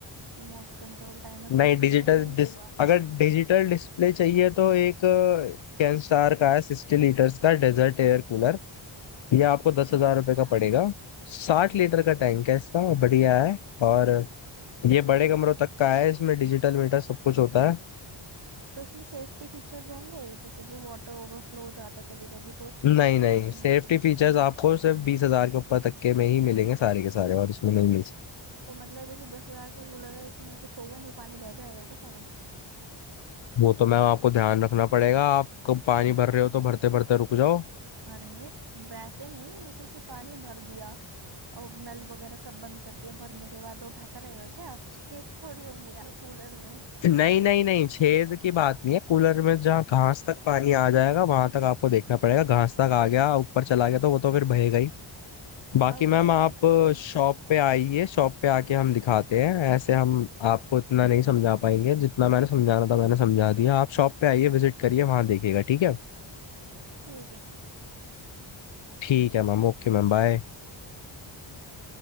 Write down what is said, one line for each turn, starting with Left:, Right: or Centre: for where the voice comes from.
Right: remote control timer function
Left: नहीं डिजिटल
Right: वगैरह नहीं
Left: डिस
Right: हुआ
Left: अगर डिजिटल डिस्प्ले चाहिए तो एक कैनस्टार का है सिक्सटी लीटर्स का डेजर्ट एयर कूलर ये आपको दस हजार
Right: अच्छा।
Left: रुपये का पड़ेगा साठ लीटर का टैंक है इसका बढ़िया है और ये बड़े कमरों तक का है इसमें डिजिटल मीटर सब कुछ होता है
Right: तो इसमें सेफ्टी फीचर्स होंगे जैसे कि वाटर ओवरफ्लो हो जाता है कभी कभी तो उस चीज
Left: नहीं
Right: से प्रोटेक्शन
Left: नहीं सेफ्टी
Right: है
Left: फीचर्स आपको सिर्फ बीस हजार के ऊपर तक के में ही मिलेंगे सारे के सारे और इसमें नहीं मिल सकते
Right: तो मतलब ये जो दस हजार का कूलर है इसमें कुछ होगा नहीं पानी बह जाएगा क्या सारा
Left: वो तो मैम आपको ध्यान रखना पड़ेगा आप कब पानी भर रहे हो तो भरते भरते रुक जाओ
Right: अरे वैसे नहीं जैसे कि पानी भर दिया और नल वगैरह सब बंद कर दिया भरने के बाद वो बहता रहेगा क्या छेद थोड़ी होंगे यार कूलर में
Left: नहीं नहीं नहीं छेद की बात नहीं है कूलर में जहाँ घास तक पानी आ जाएगा वहां तक आपको देखना पड़ेगा घास तक आ गया ऊपर चला गया तो वो तो फिर बहेगा ही बाकी
Right: और वो
Left: मैम
Right: जो मोटर
Left: आप
Right: की
Left: शॉप पे आइए शॉप पे आके हम दिखाते हैं ऐसे हम आपको इतना नहीं समझा पाएंगे जितना मैंने समझाना था मैंने समझा दिया आप शॉप पे आइए विजिट करिए वहां देखिएगा ठीक है
Right: ठीक है ठीक है ठीक है
Left: ठीक है मैम ओके मैम बाय
Right: बाय